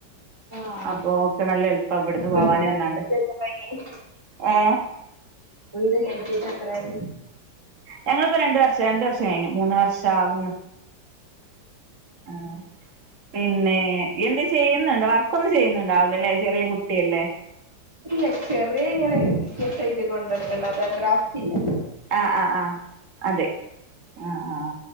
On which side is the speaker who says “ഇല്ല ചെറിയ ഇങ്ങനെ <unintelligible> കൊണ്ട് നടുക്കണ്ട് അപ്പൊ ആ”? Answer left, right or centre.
Right